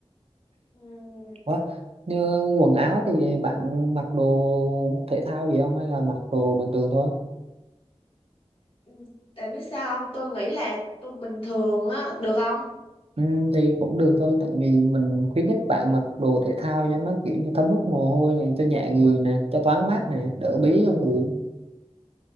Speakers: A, on the left; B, on the right.
A: Ừ.
B: Ủa, Như quần áo thì bạn mặc đồ thể thao gì không hay là mặc đồ bình thường thôi
A: Ừ, Tại biết sao không? Tôi nghĩ là tôi bình thường á, được không?
B: Ừ, thì cũng được thôi tại vì mình khuyến khích bạn mặc đồ thể thao cho nó kiểu như thấm hút mồ hôi này cho nhẹ người nè cho thoáng mát nè đỡ bí trong người